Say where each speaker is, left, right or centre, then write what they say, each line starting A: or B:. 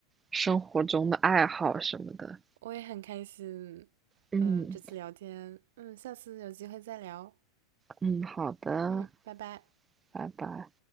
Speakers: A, on the right; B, on the right.
A: 生活中的爱好什么的。
B: 我也很开心，
A: 嗯
B: 嗯、这次聊天，嗯，下次有机会再聊，
A: 嗯，好的。
B: 嗯，拜拜。
A: 拜拜